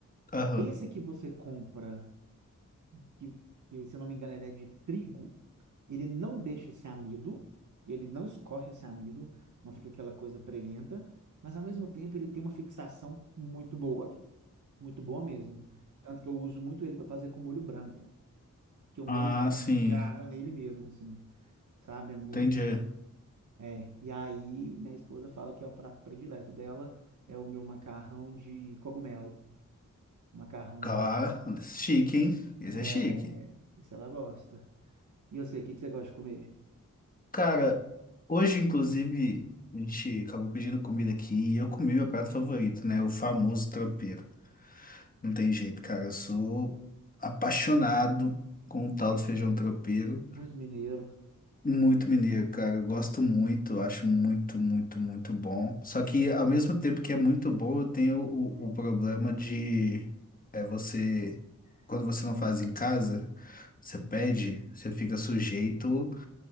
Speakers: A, on the left (about 25°); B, on the right (about 70°).
A: Aham.
B: Esse que você compra, que, que se eu não me engano ele é de trigo, ele não deixa esse amido, ele não escorre esse amido, não fica aquela coisa preguenta, mas ao mesmo tempo ele tem uma fixação muito boa, muito boa mesmo. Tanto que eu uso muito ele para fazer com molho branco, que o molho
A: Ah,
B: branco
A: sim,
B: agarra nele mesmo, assim sabe? É muito.
A: entendi.
B: É. E aí, minha esposa fala que é o prato predileto dela, é o meu macarrão de cogumelo. Macarrão
A: Claro,
B: de.
A: chique, hein? Esse
B: É,
A: é chique.
B: isso ela gosta. E eu sei, o que que você gosta de comer?
A: Cara, hoje, inclusive, a gente acabou pedindo comida aqui e eu comi meu prato favorito, né? O famoso tropeiro. Não tem jeito, cara. Eu sou apaixonado com o tal do feijão tropeiro.
B: Muito mineiro.
A: Muito mineiro, cara. Eu gosto muito, acho muito, muito, muito bom. Só que ao mesmo tempo que é muito bom, eu tenho o, o problema de é você, quando você não faz em casa, você pede, você fica sujeito